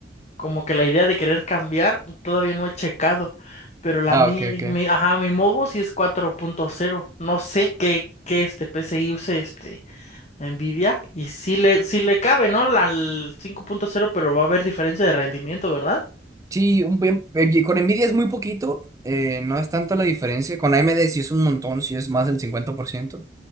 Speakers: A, on the left; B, on the right.
A: como que la idea de querer cambiar, todavía no he checado. Pero la
B: Ah,
A: mi,
B: ok, ok.
A: mi ajá, mi mobo sí es cuatro punto cero No sé qué qué este PCI use este Nvidia y sí le sí le cabe, ¿no? La el cinco punto cero pero va a haber diferencia de rendimiento, ¿verdad?
B: Sí, un bien, eh, bien- con Nvidia es muy poquito, eh, no es tanto la diferencia, con AMD sí es un montón, sí es más del 50%.